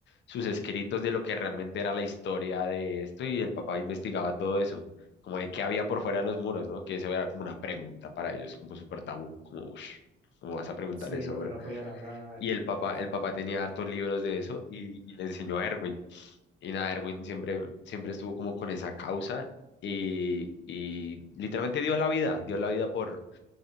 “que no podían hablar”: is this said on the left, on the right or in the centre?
Right